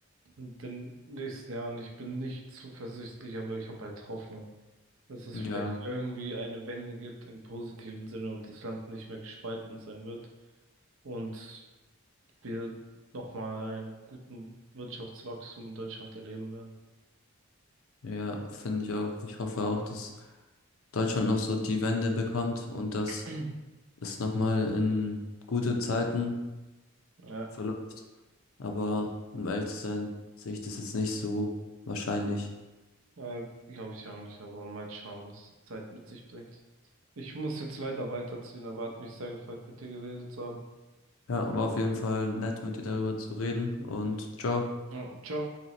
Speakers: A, on the right; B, on the left.
A: in den nächsten Jahren. Ich bin nicht zuversichtlich, aber ich habe halt Hoffnung, dass es
B: Ja,
A: vielleicht irgendwie eine Wende gibt im positiven Sinne und das Land nicht mehr gespalten sein wird und wir nochmal einen guten Wirtschaftswachstum in Deutschland erleben
B: ja, finde ich auch. Ich hoffe auch, dass Deutschland noch so die Wende bekommt und dass
A: werden.
B: es nochmal in gute Zeiten
A: <clears throat> Ja.
B: verläuft. Aber um ehrlich zu sein, sehe ich das jetzt nicht so wahrscheinlich.
A: Äh, glaube ich auch nicht, aber mal schauen, was die Zeit mit sich bringt. Ich muss jetzt leider weiterziehen, aber hat mich sehr gefreut, mit dir geredet zu haben.
B: Ja, war auf jeden Fall nett, mit dir darüber zu reden und ciao.
A: Ja, ciao.